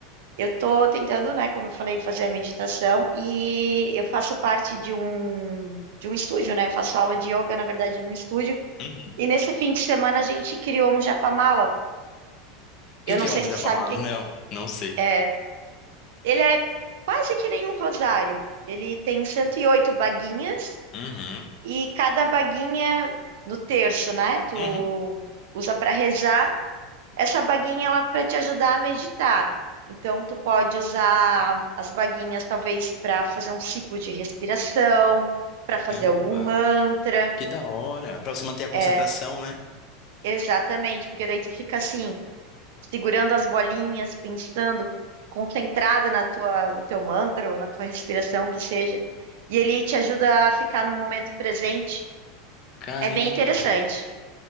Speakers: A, on the right (about 70°); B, on the left (about 40°).
A: Eu tô tentando, né, como eu falei, fazer a meditação e eu faço parte de um de um estúdio, né? Eu faço aula de yoga, na verdade, em um estúdio.
B: Uhum. O
A: E nesse fim de semana a gente criou um japamala.
B: que
A: Eu
B: que
A: não
B: é
A: sei
B: um
A: se
B: japa
A: tu sabe
B: Não,
A: o que
B: não sei.
A: é. Ele é quase que nem um rosário. Ele tem 108 baguinhas
B: Uhum,
A: e cada baguinha no terço, né? Tu
B: uhum.
A: usa para rezar Essa baguinha ela é para te ajudar a meditar. Então tu pode usar as baguinhas talvez para fazer um ciclo de respiração, para fazer
B: Caramba,
A: algum mantra.
B: que da hora. Pra você manter a concentração,
A: É,
B: né?
A: exatamente, porque daí tu fica assim, segurando as bolinhas, pensando, concentrada na tua, no teu mantra ou na tua respiração que seja, e ele te ajuda a ficar no momento presente.
B: Caramba,
A: É bem interessante.